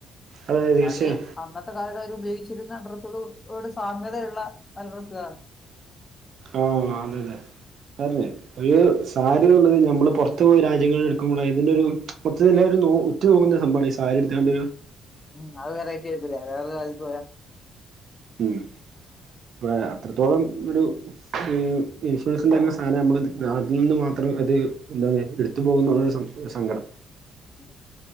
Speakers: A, on the right; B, on the left.
A: അതെ തീർച്ചയായും
B: അത് അന്നത്തെ കാലത്തഹ് ഉപയിച്ചിരുന്ന ഡ്രസ്സുകളുടെ ഒരു സാമ്യതയുള്ള നല്ല ഡ്രസ്സുകളാണ്
A: ആഹ് അതെ അതെ ഇതാർഞ്ഞേ ഒരു സാരിയുള്ളത് ഞമ്മള് പൊറത്ത് പോയി രാജ്യങ്ങൾ ഇട്ക്ക്മ്പോളാ ഇതിനൊരു <unintelligible> റ്റ് പോകുന്നൊരു സംഭവാണ് ഈ സാരി ഇട്ത്താണ്ട്
B: ഉം അത് വെറൈറ്റി ആയിരിക്കുല്ലേ വേറൊരു രാജ്യത്ത് പോയാ
A: ഉം അപ്പയേ അത്രത്തോളം ഒരു ഇൻ ഇൻഫ്ലുവൻസിൻ്റെക്കെ സാനം ഞമ്മള്ത് നാട്ടി നിന്നും മാത്രം അത് എന്താണ് ഇട്ത്തു പോകുന്ന <unintelligible> സ സങ്കടം
B: ഉ